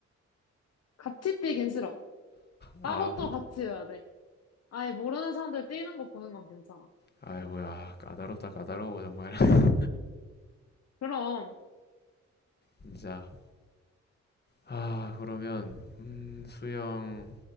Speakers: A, on the left; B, on the left.
A: 같이 뛰긴 싫어.
B: 아,
A: 따로 또 같이 해야 돼. 아예 모르는 사람들 뛰는 거 보는 건 괜찮아.
B: 아이고야, 까다롭다, 까다로워, 정말. <laughs>
A: 그럼,
B: 진짜. 아, 그러면, 음, 수영,